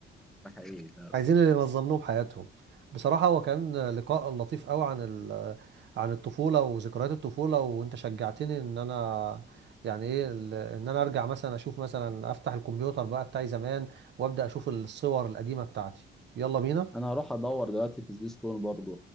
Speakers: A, in the centre; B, on the right.
A: ده حقيقي فعلا.
B: عايزين اللي ينظم لهم حياتهم بصراحة هو كان لقاء لطيف قوي عن ال... عن الطفولة وذكريات الطفولة وانت شجعتني ان انا يعني ايه ال- ان انا ارجع مثلا اشوف مثلا افتح الكمبيوتر بقى بتاعي زمان وابدأ اشوف الصور القديمة بتاعتي يلا بينا
A: انا هروح ادور دلوقتي في سبيس تون برضو